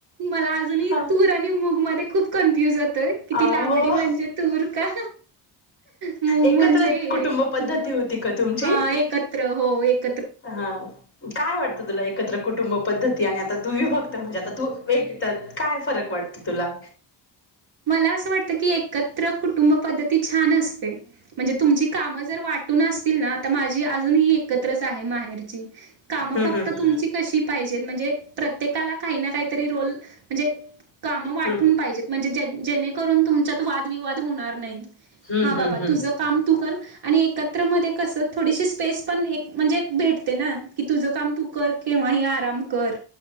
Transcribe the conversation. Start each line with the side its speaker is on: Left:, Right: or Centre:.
Right: मला आजूनही
Left: हा
Right: तूर आणि मूग मध्ये खूप कन्फ्युज होतंय कि ती
Left: अहो
Right: लांबडी म्हणजे तूर का मग
Left: एकत्र
Right: म्हणजे ये
Left: कुटुंब पद्धती
Right: म
Left: होती का तुमची?
Right: हा एकत्र हो एक
Left: हा काय वाटतं तुला एकत्र कुटुंब? पद्धती आणि आता तुही बघते, म्हणजे आता तू एक त्यात काय फरक वाटत तुला?
Right: मला असं वाटत की एकत्र कुटुंब पद्धती छान असते म्हणजे तुमची कामं जर वाटली असतील ना तर माझी अजून ही एकत्रच आहे माहेरी काम
Left: हम्म
Right: फक्त
Left: हम्म
Right: तुमची कशी पाहिजे? म्हणजे प्रत्येकाला काही ना काहीतरी रोल, म्हणजे कामं वाटून
Left: हम्म
Right: पाहिजेत म्हणजे जे जे करून तुमच्यात वाद विवाद होणार नाहीत
Left: हम्म
Right: हा बाबा
Left: हम्म हम्म
Right: तुझ काम तु कर तु कर आणि एकत्र मध्ये कसं थोडी स्पेस पण म्हणजे भेटते ना की तुझ काम तु कर केव्हाही आराम कर